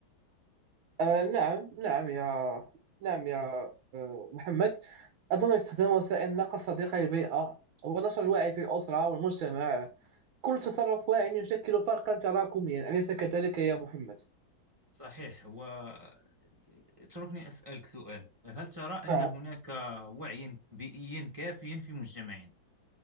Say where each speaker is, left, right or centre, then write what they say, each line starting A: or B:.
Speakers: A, on the right; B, on the right.
A: آه نعم نعم يا نعم يا آه محمد أظن استخدام وسائل النقل صديقة للبيئة ونشر الوعي في الأسرة والمجتمع كل تصرف واعي يشكل فرقا تراكميا أليس كذلك يا محمد؟
B: صحيح واتركني أسألك سؤال هل ترى أن
A: نعم
B: هناك وعي بيئي كافي في مجتمعنا